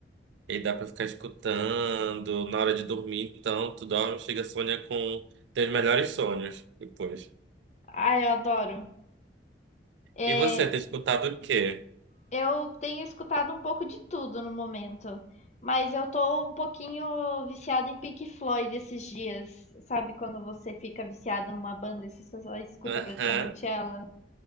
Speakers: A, on the right; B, on the left.
A: E dá pra ficar escutando na hora de dormir, então, tu dorme, chega, sonha com teus melhores sonhos depois.
B: Ah, eu adoro. É,
A: E você, tem escutado o quê?
B: eu tenho escutado um pouco de tudo no momento, mas eu tô um pouquinho viciada em Pink Floyd esses dias. Sabe quando você fica viciado numa banda e você só escuta
A: Aham,
B: praticamente ela?